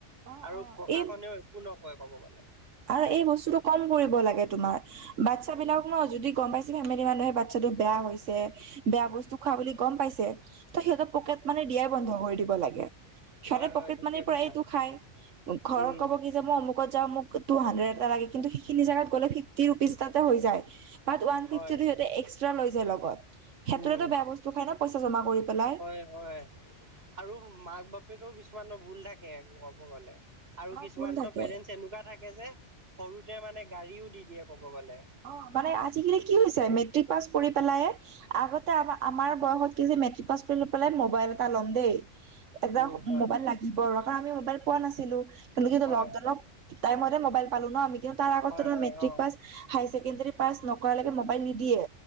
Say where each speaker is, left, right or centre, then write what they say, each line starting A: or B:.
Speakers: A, on the right; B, on the right.
A: অ
B: আৰু
A: অ
B: প্ৰশাসনেও
A: এই
B: একো নকয় কব গ'লে।
A: আৰু এই বস্তুটো কম কৰিব লাগে তোমাৰ বাচ্ছা
B: উম,
A: বিলাক ন যদি। গম পাইছে ফেমিলি মানুহে বাটচাটো বেয়া হৈছ বেয়া বস্তু খোৱা বুলি গম পাইছে, ত' সিহঁতৰ পকেট মানি দিয়াই বন্ধ কৰি দিব লাগে।
B: হয়
A: সিহঁতে
B: হয়
A: পকেট
B: ঠিকে
A: মানিৰ
B: কৈছা।
A: পৰাইটো খাই, ঘৰত
B: উম,
A: ক'ব কি যে মই অমুকত যাওঁ মোক টু হান্দ্ৰেট এটা লাগে, কিন্তু সিখিনি জেগাত গ'লে ফিফটি ৰুপিচ তাতে হৈ যায়। বাত ওৱান
B: হয়
A: ফিফটিটো সিহঁতে এক্সট্ৰা লৈ যায় লগ সেইটোৰেতো
B: উম।
A: বেয়া বস্তু খাই ন, পইচা জমা কৰি পেলাই।
B: হয় হয়, আৰু মাক বাপেকেৰো কিছুমানৰ ভুল থাকে ক'ব গলে। আৰু
A: অ
B: কিছুমানতো
A: ভুল থাকে
B: পেৰেণ্টছ এনেকুৱা থাকে যে, সৰুতে মানে গাড়ীও দি দিয়ে ক'ব গ'লে।
A: অ', মানে আজিকালি কি হৈছে মেট্ৰিক পাছ কৰি পেলাইয়ে আগতে আম আমাৰ বয়সত কি হৈছে মেট্ৰিক পাছ কৰি পেলাই ম'বাইল এটা ল'ম দেই। এটা
B: উম, হয়
A: মোবাইল লাগিব আৰু কাৰণ আমি মোবাইল পোৱা নাছিলো। কিন্তু কি এটো
B: হয়
A: লকডাউনৰ টাইমতেই মোবাইল পালো ন আমি কিন্তু তাৰ আগতে
B: হয়
A: তোমাৰ
B: হয়
A: মেট্ৰিক
B: অ',
A: পাছ হায়াৰ ছেকেণ্ডাৰী পাছ নকৰালৈকে মোবাইল নিদিয়ে।